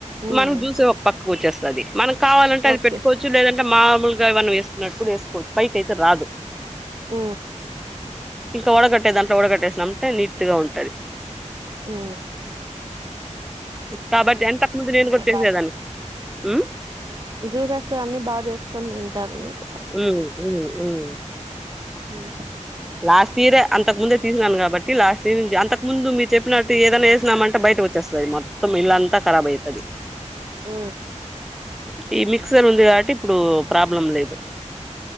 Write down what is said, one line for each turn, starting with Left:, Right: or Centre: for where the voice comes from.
Right: ఉమ్
Centre: మనం జ్యూస్ ఒక పక్క కూర్చేస్తది. మనం కావాలంటే అది
Right: ఓకే
Centre: పెట్టుకోవచ్చు లేదంటే మామూలు వన్న వేసుకున్నటు వేసుకోవచ్చు పైకి అయితే రాదు
Right: ఆ
Centre: ఇంకా వడకట్టే దాంట్లో వడకట్టేసిన అంటే నీట్ గా ఉంటుది
Right: హ
Centre: కాబట్టి అంతకు ముందు నేను కూడా తిరిగేదాన్ని
Right: బాగా చేసు
Centre: ఉమ్
Right: జ్యూసెస్ అన్ని బాగా చేసుకొని తింటారు మీరు
Centre: ఉ
Right: హ
Centre: లాస్ట్ ఇయరే అంతకు ముందే తీసినాను కాబట్టి లాస్ట్ ఇయర్ నుంచి అంతకు ముందు మీరు చెప్పినట్టు ఏదనా వేసినామంటే బయటకు వచ్చేస్తుంది మొత్తం ఇల్లంతా కరాబ్ అవుతుంది
Right: ఆ
Centre: ఈ మిక్సర్ ఉంది కాబట్టి ఇప్పుడు ప్రాబ్లం లేదు